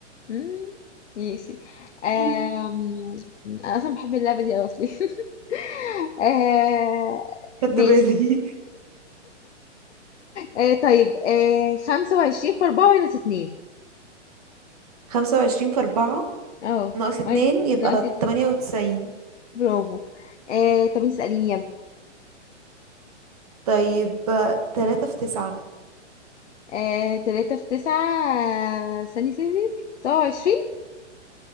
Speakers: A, on the left (about 70°); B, on the right (about 30°).
A: مم، ماشي آم،
B: <laughs>
A: انا اصلا بحب اللعبة دي اوي اصلي <laughs> آه،
B: خدت
A: ماشي
B: بالي
A: آه، طيب آه، خمسة وعشرين في اربعة ماينس اتنين
B: خمسة وعشرين في أربعة
A: اه
B: ناقص اتنين
A: ماين-
B: يبقى
A: ناقص اتنين
B: تمانية وتسعين
A: برافو آه طب انت اسأليني يلا
B: طيب آه، تلاتة في تسعة
A: آه تلاتة في تسعة آه، استني استني سبعة وعشرين